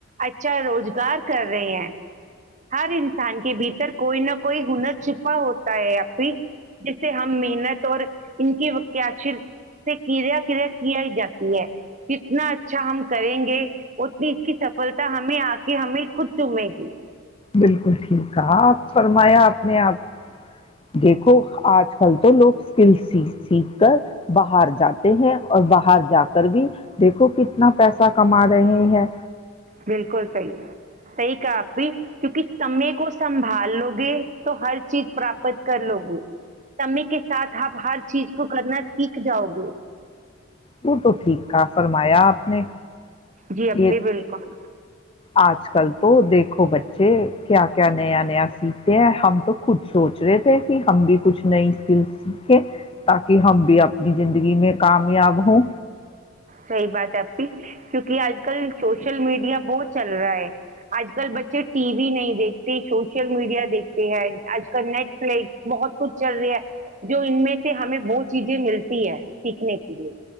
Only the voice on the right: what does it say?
اچھا روزگار کر رہے ہیں ہر انسان کے بھیتر کوئی نہ کوئی ہنر چھپا ہوتا ہے ا بھی جس سے ہم محنت اور ان کیقچی سے کریا کریا کیا ہی جات ہے کہ اتنا اچھا ہم کریں گے اتنی اس کی سفلتا ہمیں آ کے کہ ہمیں خود چومے گی
بالکل صحیح ہے صحیح آپ بھی کیونکہ سمے کو سنبھال لو گے تو ہر چیز پراپت کر لو گے سمی کے ساتھ آپ ہر چیز کو کرنا سیکھ جاؤ گے
جی اپی
بالکل
سی بات اھی کیونکہ آج کل سوشل میڈیا بہت چل رہا ہے آج کل بچے ٹی وی نہیں دیکھتے سوشل میڈیا دیکھتے ہیں آج کل نیٹ فلکس بہت کچھ چل رہی ہے جو ان میں سے ہمیں بہت چیزیں ملتی ہے سیکھنے کے لیے